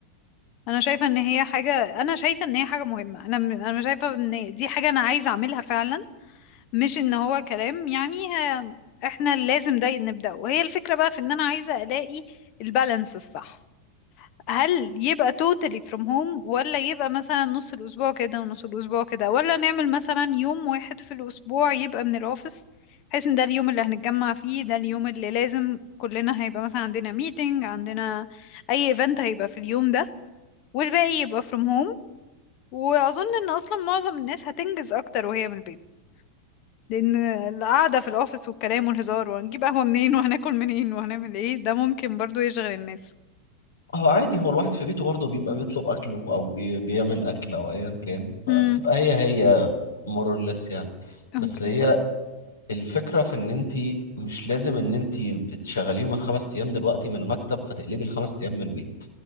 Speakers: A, on the left (about 40°); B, on the left (about 70°).
A: انا شايفه ان هي حاجه انا شايفه ان هي حاجه مهمه انا انا شايفه ان دي حاجه انا عايزه اعملها فعلا مش ان هو كلام يعني آه، احنا لازم ده نبدأ وهي الفكرة بقى في ان انا عايزة الاقي البالانس الصح هل يبقى totally from home ولا يبقى مثلا نص الاسبوع كده ونص الاسبوع كده ولا نعمل مثلا يوم واحد في الاسبوع يبقى من الاوفيس بحيث ان ده اليوم اللي هنتجمع فيه ده اليوم اللي لازم كلنا هيبقى مثلا عندنا meeting عندنا اي event هيبقى في اليوم ده والباقي يبقى from home واظن ان اصلا معظم الناس هتنجز اكتر وهي من البيت لان القعده في الاوفيس والكلام والهزار وهنجيب قهوه منين وهناكل منين وهنعمل ايه ده ممكن برضو يشغل الناس
B: هو عادي هو الواحد في بيته برضه بيبقى بيطلب اكله او بي بيعمل اكل او ايا كان فبتبقى
A: امم
B: هي هي مورلس يعني
A: اوكي
B: بس هي الفكره في ان انت مش لازم ان انت بتشغليهم الخمس ايام دلوقتي من المكتب فتقلبي الخمس ايام من البيت